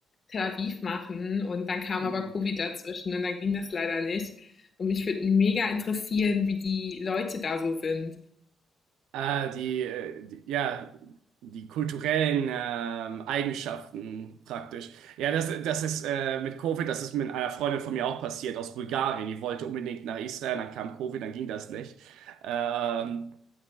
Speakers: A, on the left; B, on the right.
A: Tel Aviv machen und dann kam
B: Mhm.
A: aber Covid dazwischen und dann ging das leider nicht. Und mich würde mega interessieren, wie die Leute da so sind.
B: Ah, die, äh, die, ja, die kulturellen ähm, Eigenschaften praktisch. Ja, das, das ist äh, mit Covid, das ist mit einer Freundin von mir auch passiert aus Bulgarien. Die wollte unbedingt nach Israel, dann kam Covid, dann ging das nicht. Ähm,